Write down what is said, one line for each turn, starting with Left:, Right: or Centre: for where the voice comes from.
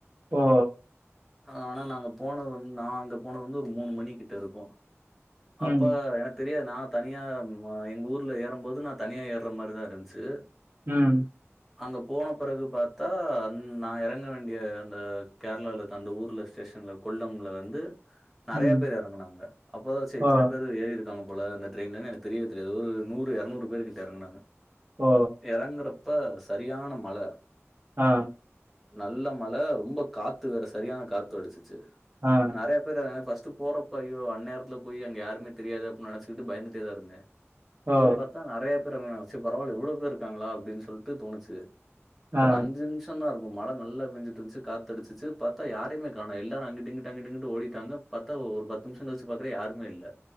Right: ஓ
Centre: ஆ ஆனா நாங்க போனது வந் நா அங்க போனது வந்து ஒரு மூணு மணி கிட்ட இருக்கும்
Right: ம்.
Centre: அப்ப எனக் தெரியாது நா தனியா எங்க ஊர்ல ஏறம் போது நா தனியா ஏர்ற மாரிதா இருந்ச்சு
Right: ம்
Centre: அங்க போன பெறகு பாத்தா நா எறங்க வேண்டிய அந்த கேர்ளாலர்க்க அந்த ஊர்ல ஸ்டேஷன்ல கொல்லம்ல வந்து நறயா
Right: ம்.
Centre: பேரு எறங்கனாங்க அப்போதா சேர்
Right: ஓ!
Centre: இத்தன பேரு ஏறிருக் காங்க போல அந்த ட்ரெய்னுன் எனக் தெரியவே தெரியாது ஒரு நூறு எறநூறு பேரு கிட்ட எறங்குனாங்க
Right: ஓ
Centre: எறங்குறப்ப சரியான மழ
Right: ஆ
Centre: நல்ல மழ ரொம்ப காத்து வேற சரியான காத்து அடிச்சுச்சு
Right: ஆ.
Centre: நறய <unintelligible> ஃபர்ஸ்ட் போறப்போ ஐயோ அந்நேரத்துல போய் அங்க யாருமே தெரியாது அப்டி நெனச்சுட்டு பயந்துடே தா இருந்தே
Right: ஓ!
Centre: போய் பாத்தா நெறைய பேர் எறங்னுநாங்க செ பரவால்ல இவ்ளோ பேர்ருக்காங்ளா அப்டின் சொல்ட்டு தோணுச்சு
Right: ஆ.
Centre: ஒரு அஞ்சு நிமிஷ் ஷ தா இருக்கு மழ நல்ல பெஞ்சிட் இருந்துச்சு காத்தடிச்சிச்சு பாத்தா யாருயுமே காணு எல்லாரு அங்கிட் இங்குட்டு அங்கிட் இங்குட்டு ஓடிட்டாங்க பத்தா ஒரு பத்து நிம்ஷோ கழிச்சு பாக்றே யாருமே இல்ல